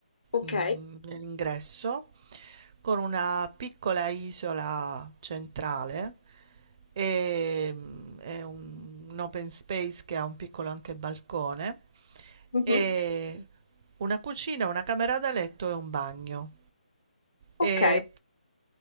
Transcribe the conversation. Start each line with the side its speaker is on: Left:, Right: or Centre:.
Left: ok.
Right: mm, nell'ingresso con una piccola isola centrale e mm, è un, un open space che ha un piccolo anche balcone
Left: Mhm.
Right: e una cucina, una camera da letto e un bagno.
Left: Ok.
Right: E